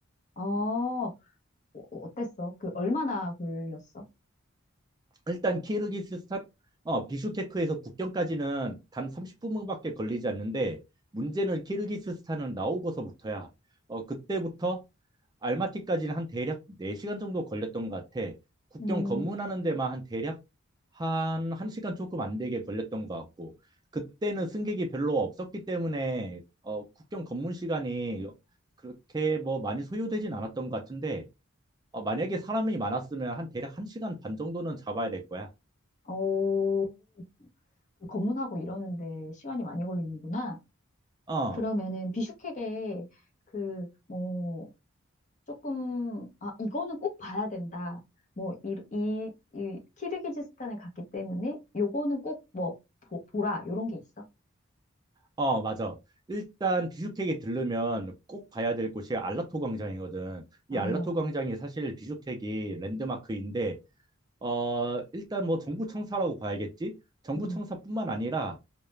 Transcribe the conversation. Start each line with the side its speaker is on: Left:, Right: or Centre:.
Left: 어, 어, 어땠어? 그 얼마나 걸렸어?
Right: 일단 키르기스스탄 어 비슈케크에서 국경까지는 단 30분밖에 걸리지 않는데 문제는 키르기스스탄을 나오고서부터야 어 그때부터 알마티까지는 한 대략 4시간 정도 걸렸던 것 같아. 국경
Left: 음,
Right: 검문하는 데만 한 대략 한 1시간 조금 안 되게 걸렸던 것 같고 그때는 승객이 별로 없었기 때문에 어 국경 검문 시간이 그렇게 뭐 많이 소요되진 않았던 것 같은데 어, 만약에 사람이 많았으면 한 대략 1시간 반 정도는 잡아야 될 거야.
Left: 어, 그 검문하고 이러는데 시간이 많이 걸리는구나.
Right: 어,
Left: 그러면은 비슈케게 그, 뭐, 조금, 아, 이거는 꼭 봐야 된다. 뭐, 이, 이, 이 키르기즈스탄을 갔기 때문에 요거는 꼭 뭐, 보, 보라. 요런 게 있어.
Right: 어, 맞아. 일단 비주택에 들르면 꼭 봐야 될 곳이 알라토 광장이거든.
Left: 어,
Right: 이 알라토 광장이 사실 비주택이 랜드마크인데, 어, 일단 뭐 정부청사라고 봐야겠지? 정부청사뿐만
Left: 음,
Right: 아니라